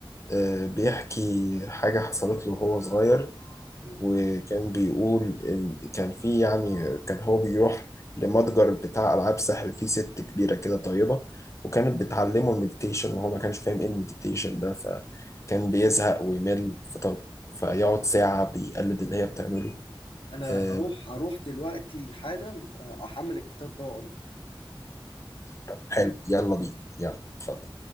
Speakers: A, on the left; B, on the left.
A: آه، بيحكي حاجة حصلت له وهو صغير
B: مم.
A: وكان بيقول ال- كان في يعني كان هو بيروح لمتجر بتاع ألعاب سحر فيه ست كبيرة كده طيبة وكانت بتعلمه المديتيشن وهو ما كانش فاهم ايه المديتيشن ده فكان بيزهق ويمل فطب فيقعد ساعة بيقلد اللي هي بتعمله
B: انا
A: آه،
B: هروح هروح دلوقتي حالا آه، احمل الكتاب ده واقراه
A: طب حلو يلا بينا يلا اتفضل